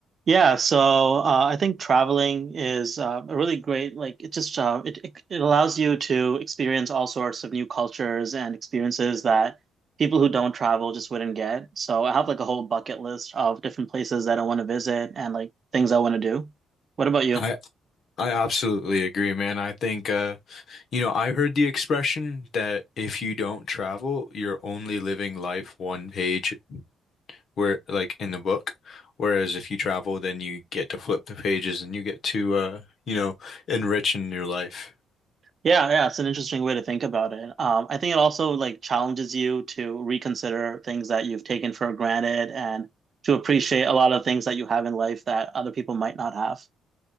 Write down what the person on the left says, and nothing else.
I I absolutely agree, man. I think uh you know, I heard the expression that if you don't travel, you're only living life one page where like in the book. Whereas if you travel, then you get to flip the pages and you get to uh, you know, enrich in your life.